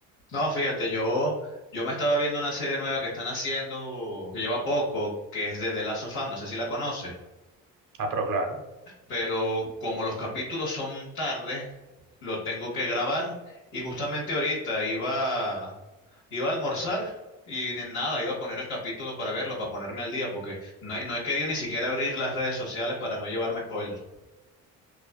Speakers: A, on the left; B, on the right.
A: No, fíjate, yo, yo me estaba viendo una serie nueva que están haciendo, que lleva poco, que es de The Last of Us, no sé si la conoces,
B: Ah, pero claro.
A: pero como los capítulos son tarde, lo tengo que grabar y justamente ahorita iba, iba a almorzar y en nada, iba a poner el capítulo para verlo, para ponerme al día, porque no he, no he querido ni siquiera abrir las redes sociales para no llevarme spoilers.